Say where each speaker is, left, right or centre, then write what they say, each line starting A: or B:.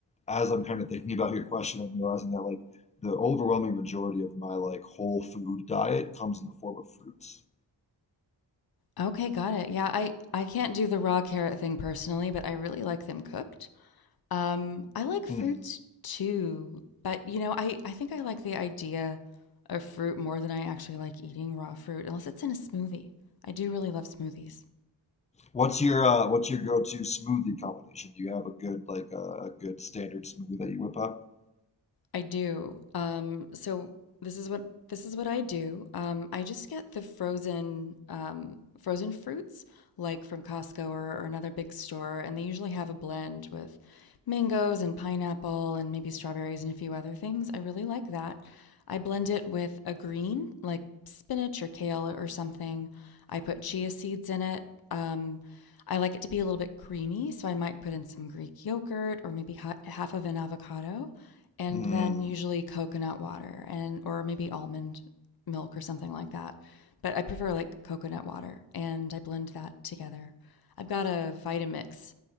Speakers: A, on the left; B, on the left.
A: as I'm kind of thinking about your question, I'm realizing that like the overwhelming majority of my like whole food diet comes in the form of fruits.
B: Okay, got it. Yeah, I I can't do the raw carrot thing personally, but I really like them cooked. Um, I like fruits
A: Mhm.
B: too, but you know, I I think I like the idea of fruit more than I actually like eating raw fruit, unless it's in a smoothie. I do really love smoothies.
A: What's your uh, what's your go-to smoothie combination? Do you have a good like uh, a good standard smoothie that you whip up?
B: I do. Um, so this is what this is what I do. Um, I just get the frozen um, frozen fruits, like from Costco or, or another big store, and they usually have a blend with mangoes and pineapple and maybe strawberries and a few other things. I really like that. I blend it with a green, like spinach or kale or something. I put chia seeds in it. Um, I like it to be a little bit creamy, so I might put in some Greek yogurt or maybe ha half of an avocado and
A: Mhm.
B: then usually coconut water and or maybe almond milk or something like that. But I prefer like coconut water and I blend that together. I've got a Vitamix,